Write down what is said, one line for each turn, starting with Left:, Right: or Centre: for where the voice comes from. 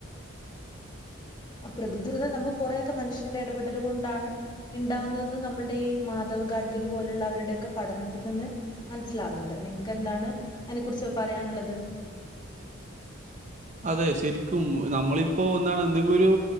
Left: ആ പ്രകൃതി ദുരന്തം നമ്മ കുറേയൊക്കെ മനുഷ്യന്റെ ഇടപെടലു കൊണ്ടാണ് ഇണ്ടാവുന്നതും നമ്മുടെ ഈ മാധവ് ഗാഡ്ഗൽ പോലുള്ള അവരുടെയൊക്കെ പഠനത്തിൽ നിന്ന് മനസ്സിലാവുന്നുണ്ട് നിങ്ങക്ക് എന്താണ് അതിനെ കുറിച്ച് പറയാനുള്ളത്
Right: അതെ ശരിക്കും നമ്മളിപ്പോ എന്താണ് എന്തെങ്കിലും ഒരു